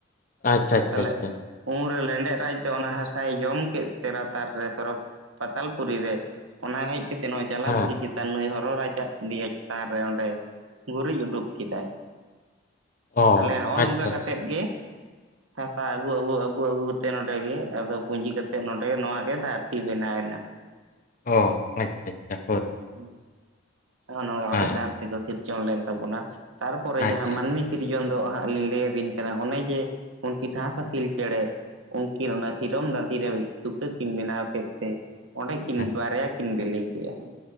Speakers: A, on the left (about 40°); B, on the right (about 85°).
A: ᱟᱪᱪᱷᱟ ᱟᱪᱷᱟ
B: ᱛᱟᱦᱚᱞᱮ
A: ᱟᱪᱷᱟ ᱾
B: ᱩᱱᱨᱮ ᱞᱮᱸᱰᱮᱫ ᱨᱟᱡᱽ ᱫᱚ ᱚᱱᱟ ᱦᱟᱥᱟᱭ ᱡᱚᱢ ᱠᱮᱫᱼᱼ ᱛᱮ ᱞᱟᱛᱟᱨ ᱨᱮ ᱥᱚᱨᱚᱠ ᱯᱟᱛᱟᱞᱯᱩᱨᱤ ᱨᱮ ᱚᱱᱟ ᱦᱮᱡ ᱠᱮᱛᱮ ᱱᱚᱜᱼᱚᱭ ᱡᱟᱞᱟᱯᱩᱨᱤ
A: ᱦᱮᱸ
B: ᱪᱮᱛ -ᱼ ᱟᱨ ᱱᱩᱭ ᱦᱚᱨᱚ ᱨᱟᱡᱽᱟᱜ ᱫᱮᱭᱟ ᱪᱮᱛᱟᱱ ᱨᱮ ᱚᱸᱰᱮᱭ ᱜᱩᱨᱤᱡ ᱩᱰᱩᱠ ᱠᱮᱫᱟᱭ
A: ᱚ
B: ᱛᱟᱦᱞᱮ ᱱᱚᱜᱼᱚ
A: ᱟᱪᱪᱷᱟ
B: ᱱᱚᱝᱠᱟ
A: ᱟᱪᱪᱷᱟ
B: ᱠᱟᱛᱮᱫ ᱜᱮ ᱦᱟᱥᱟ ᱟᱹᱜᱩ -ᱟᱹᱜᱩ -ᱟᱹᱜᱩ ᱼᱟᱹᱜᱩ ᱛᱮ ᱱᱚᱰᱮ ᱜᱮ ᱟᱫᱚ ᱯᱩᱸᱡᱤ ᱠᱟᱛᱮᱫ ᱼᱼ ᱥᱮ ᱱᱚᱰᱮ ᱜᱮ ᱱᱚᱣᱟ ᱜᱮ ᱫᱷᱟᱹᱨᱛᱤ ᱵᱮᱱᱟᱣ ᱮᱱᱟ᱾
A: ᱚ ᱟᱪ-ᱪᱷᱟ ᱟᱪ-ᱪᱷᱟ ᱾
B: ᱦᱩ, ᱱᱚᱜ-ᱚ ᱱᱚᱣᱟ
A: ᱦᱮᱸ
B: ᱛᱮ ᱫᱷᱟᱹᱨᱛᱤ ᱫᱚ ᱥᱤᱨᱡᱚᱱ ᱞᱮᱱ ᱛᱟᱵᱚᱱᱟ ᱛᱟᱨᱯᱚᱨᱮ
A: ᱟᱪᱪᱷᱟ
B: ᱡᱟᱦᱟᱸ
A: ᱟᱪᱪᱷᱟ
B: ᱢᱟᱹᱱᱢᱤ ᱥᱤᱨ ᱤᱡᱚᱱ ᱫᱚ ᱦᱟᱸᱜ ᱞᱤᱧ ᱞᱟᱹᱭ ᱟᱵᱤᱱ ᱠᱟᱱᱟ ᱚᱱᱮ ᱡᱮ ᱩᱱᱠᱤᱱ ᱦᱟᱸᱥᱼᱦᱟᱸᱥᱤᱞ ᱪᱮᱸᱬᱮ ᱩᱱᱠᱤᱱ ᱚᱱᱟ ᱥᱤᱨᱚᱢ ᱫᱟᱸᱫᱷᱤᱨᱮ ᱛᱩᱠᱟᱹ ᱠᱤᱱ ᱵᱮᱱᱟᱣ ᱠᱮᱫ ᱛᱮ ᱚᱸᱰᱮᱠᱤᱱ
A: ᱦᱮᱸ
B: ᱵᱟᱨᱭᱟ ᱠᱤᱱ ᱵᱮᱹᱞᱮᱹ ᱠᱮᱜᱼᱟ